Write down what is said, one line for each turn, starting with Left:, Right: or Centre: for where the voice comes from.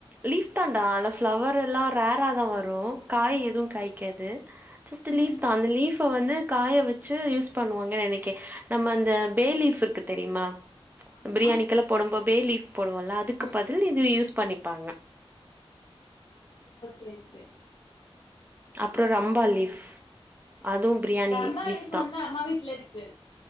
Right: லீஃப் தான்டா அல்ல ஃப்ளவர் எல்லா ரேரா தா வரு காய் எது காய்க் கேது ஜெஸ்ட்டு
Left: ம்
Right: லீஃப் தா அந்த லீஃப வந்து காய வச்சி யூஸ் பண்ணுவாங்க நெனைக்கே நம்ம அந்த பே லீஃப் இருக்கு தெரிமா
Left: ஆமா
Right: பிரியாணிக்கெல்லா போடம்போ பே லீஃப் போடுவோல அதுக்கு
Left: ம்
Right: பதில் இது
Left: ம்
Right: யூஸ் பண்ணிப்பாங்க
Left: ஓ சேர் சேர்
Right: அப்றோ ரம்பா லீஃப் அதுவு பிரியாணி
Left: ரம்பா லீஃப்
Right: தா
Left: வந்து அம்மா வீட்லருக்கு